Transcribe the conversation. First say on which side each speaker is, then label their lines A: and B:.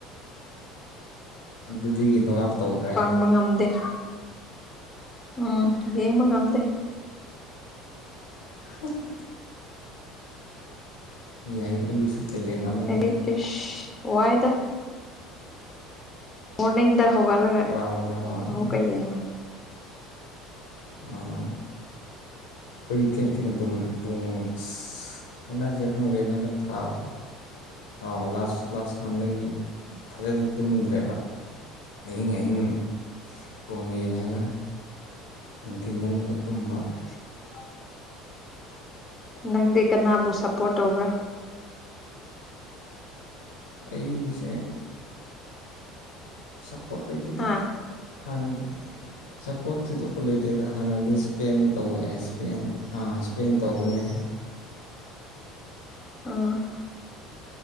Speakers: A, on the left (about 75°); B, on the left (about 25°).
A: ꯑꯗꯨꯗꯒꯤ ꯅꯣꯛꯑꯥꯎꯠ ꯇꯧꯈ꯭ꯔꯦ
B: ꯕ ꯉꯝꯗ‌ꯦ ꯎꯝ ꯌꯦꯡꯕ ꯉꯝꯗꯦ
A: <unintelligible> ꯌꯥꯏ ꯑꯗꯨꯁꯨ ꯇꯦꯂꯦꯟ ꯑꯃꯅꯤ
B: ꯑꯩꯗꯤ ꯏꯁ ꯋꯥꯏꯗ ꯃꯣꯔꯅꯤꯡꯗ ꯍꯧ ꯒꯠꯂꯒ
A: ꯋꯥꯕꯅꯦ ꯋꯥꯕꯅꯦ
B: ꯑꯃꯨꯛꯀ ꯌꯦꯡꯉꯦ
A: ꯑꯣ ꯑꯩꯣꯏ ꯊꯦꯡ ꯊ ꯇꯨꯝꯃꯦ ꯄꯨꯡ ꯑꯁ ꯍꯟꯗꯛꯁꯦ ꯈꯪꯗꯦ ꯍꯟꯗꯛ ꯊꯥꯥꯁꯦ ꯑ ꯂꯥꯁ ꯂꯥꯁ ꯃꯟꯗꯒꯤ ꯐꯖꯅ ꯇꯨꯝꯗ꯭ꯔꯦꯕ ꯑꯍꯤꯡ ꯑꯍꯤꯡ ꯐꯣꯟ ꯌꯦꯡꯉꯒ ꯅꯨꯡꯊꯤꯟꯗ ꯃꯨꯛꯀꯠ ꯇꯨꯝꯕ
B: ꯌꯥ ꯅꯪꯗꯤ ꯀꯅꯥꯕꯨ ꯁꯞꯄꯣꯔꯠ ꯇꯧꯕ꯭ꯔꯥ
A: ꯑꯩꯁꯦ ꯁꯞꯄꯣꯔꯠ ꯂꯩꯇꯦꯗ
B: ꯍꯥ
A: ꯍꯥꯟꯅꯒꯤ ꯁꯄꯣꯔꯠ ꯊꯣꯏꯗꯣꯛꯄ ꯂꯩꯇꯦꯗ ꯍꯥꯟꯅꯗꯤ ꯁꯄꯦꯟ ꯇꯧꯑꯦ ꯁꯄꯦꯟ ꯁꯄꯦꯟ ꯇꯧꯕꯅꯦ
B: ꯎꯝ